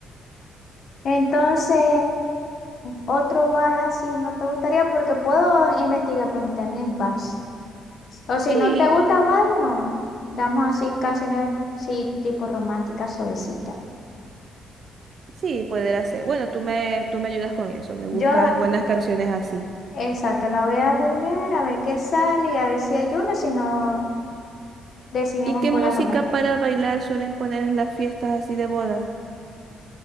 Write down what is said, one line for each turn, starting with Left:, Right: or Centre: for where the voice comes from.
Left: Entonces, otro vals si no te gustaría, porque puedo investigar por internet en vals. O si
Right: Sí.
Left: no te gusta vals, no. Damos así canciones, sí, tipo románticas, suavecitas.
Right: Sí, poder ser. Bueno, tú me, tú me ayudas con eso, me buscas
Left: Yo,
Right: buenas canciones así.
Left: exacto, la voy a googlear a ver qué sale y a ver si hay una, si no decidimos
Right: ¿Y qué
Left: por
Right: música
Left: las románticas.
Right: para bailar suelen poner en las fiestas así de boda?